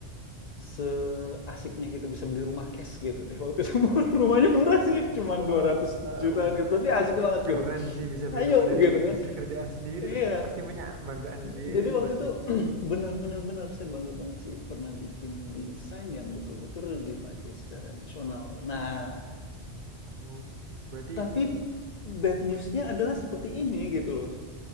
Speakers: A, on the left; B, on the right.
A: seasiknya kita bisa beli rumah cash gitu deh waktu itu <laughs> rumahnya murah sih cuman
B: Wow,
A: 200 jutaan gitu tapi asik banget
B: keren
A: gitu
B: sih bisa beli
A: ayo
B: rumah dari
A: gitu kan
B: hasil kerjaan sendiri
A: iya
B: tuh. Pasti punya banggaan sendiri
A: jadi
B: tuh
A: waktu
B: pasti.
A: itu <clears throat> bener-bener bener saya bangga banget sih pernah bikin desain yang betul-betul dipakai secara nasional nah
B: Oh, berarti,
A: tapi bad newsnya adalah seperti ini gitu loh